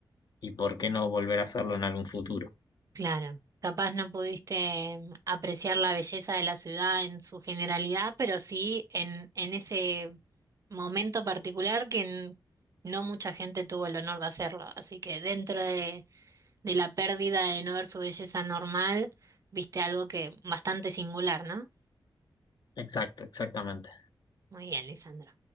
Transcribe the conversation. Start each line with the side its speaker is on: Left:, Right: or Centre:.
Left: y por qué no volver a hacerlo en algún futuro.
Right: Claro, capaz no pudiste mm, apreciar la belleza de la ciudad en su generalidad, pero sí en, en ese momento particular que n- no mucha gente tuvo el honor de hacerlo. Así que dentro de, de la pérdida de no ver su belleza normal, viste algo que bastante singular, ¿no?
Left: Exacto, exactamente.
Right: Muy bien, Lisandro.